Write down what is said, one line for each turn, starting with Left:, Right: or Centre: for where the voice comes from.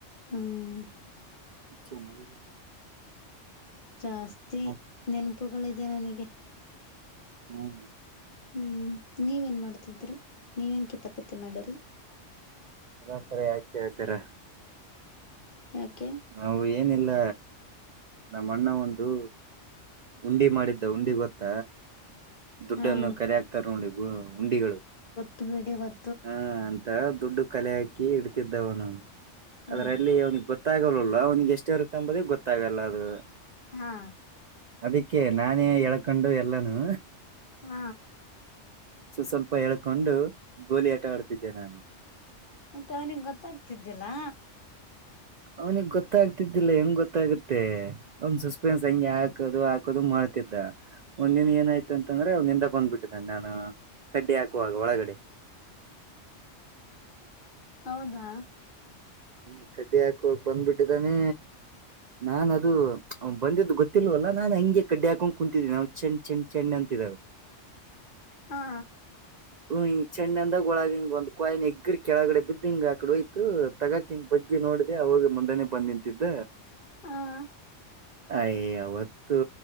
Left: ಹಂಗ
Right: ಚೆನ್ನಾಗಿದೆ ಬಿಡಿ.
Left: ಜಾಸ್ತಿ
Right: ಮತ್ತೆ
Left: ನೆನಪು. ಗಳಿದೆ ನನಗೆ
Right: ಹ್ಮ್
Left: ಹ್ಮ್ ನೀವೇನ್ ಮಾಡ್ತಿದ್ರಿ ನೀವೇನು ಕಿತಪತಿ ಮಾಡಿರಿ.
Right: ಒ ನಂತರ ಯಾಕ ಕೇಳ್ತೀರ.
Left: ಯಾಕೆ.
Right: ನಾವು ಏನಿಲ್ಲ ನಮ್ಮ ಅಣ್ಣ ಒಂದು ಉಂಡಿ ಮಾಡಿದ್ದ ಉಂಡಿ ಗೊತ್ತ. ದುಡ್ಡನ್ನು
Left: ಹಾಂ
Right: ಕರಿ ಹಾಕ್ತಾರೆ ನೋಡಿ. ಉಂಡಿಗಳು.
Left: ತುವಿಡೀವತ್.
Right: ಹಾ ಅಂತ. ದುಡ್ಡು ಕಲೆ ಹಾಕಿ ಇಡ್ತಿದ್ದವನು.
Left: ಹ್ಞೂ
Right: ಅದ್ರ ಅಲ್ಲಿ ಅವ್ನಿಗೆ ಗೊತ್ತ ಗೊತ್ತಾಗಲ್ಲಲ್ಲ ಅವ್ಗೆ ಎಷ್ಟು ಇರುತ್ತೆ ಅಂಬದ ಗೊತ್ತಾಗಲ್ಲ ಅದು
Left: ಹಾ.
Right: ಅದಕ್ಕೆ ನಾನೇ ಹಳ್ಕೊಂಡು ಎಲ್ಲಾನೂ
Left: ಹ್ಮ.
Right: ಸೊ ಸ್ವಲ್ಪ ಹೇಳ್ಕೊಂಡು ಗೋಲಿ ಆಟ ಆಡ್ತಿದ್ದೆ ನಾನು.
Left: ಮತ್ತೆ ಅವನಿಗೆ ಗೊತ್ತಾಗ್ತಿದ್ದಿಲ್ಲ.
Right: ಅವ್ನಿಗ್ ಗೊತ್ತಾಗ್ತಿದ್ದಿಲ್ಲ ಹೆಂಗ್ ಗೊತ್ತ. ಆಗುತ್ತೆ ಒ <unintelligible> ಹಾಕದು ಹಾಕದು ಮಾಡ್ತಿದ್ದ ಒಂದನ್ ಏನಾಯ್ತ ಅಂತಂದ್ರೆ ಅವಂದ್ಿಂದ ಬಂದ್ಬಿಟ್ಟಿದ್ದನೆೆ ನಾನು ಕಡ್ಡಿ ಹಾಕುವಾಗ ಒಳಗಡೆ
Left: ಹೌದಾ
Right: ಹ್ಮ ಕಡ್ಡಿ ಹಾಕ ಬಂದ್ಬಿಟ್ಟಿದ್ದಾನೆ ನಾನ ಅದು ಬಂದಿದ್ದು ಗೊತ್ತಿಲ್ವಲ್ಲ ನಾನ್ ಹಗೆ ಕಡ್ಡಿ ಹಾಕೊಂಡ ಕುಂತಿದ್ದೀನಿ ನಾವು ಚೆಂಡ್ ಚೆಣ್ ಚೆಣ್ ಅಂತಿದಾವ
Left: ಹಾ
Right: ್ ಹಿಂಗ ಚೆ್ಣಂದಾಗ ಒಳಗ ಹಿಂಗ ಒಂದು್ಾಯ ಎಗ್ಗ್ರ ಕೆಳಗಡೆ ಬಿದ್ದ್ ಹಿಂಗ ಆ ಕಡೆ ಹಯತು ತಗಕಕ್ ಹಿಂಗ ಬಗ್ಗಿ ನೋಡ್ದೆ ಅವಾಗ ಮುಂದಾನನೆ ಬಂದ್ ನಿಂತಿದ್ದ
Left: ಹಾಂ
Right: ಅಯ್ಯೋ ಅವತ್ತುೂ